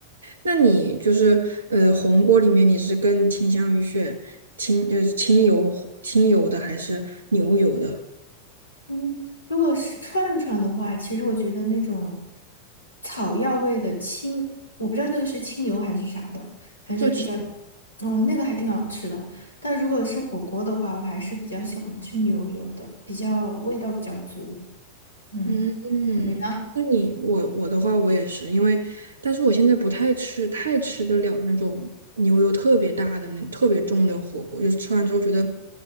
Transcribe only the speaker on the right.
那你就是呃，红锅里面你是更倾向于选清就是清油清油的还是牛油的？
就清
嗯嗯，
那你我我的话我也是，因为但是我现在不太吃太吃得了那种牛油特别大的那特别重的火锅，就是吃完之后觉得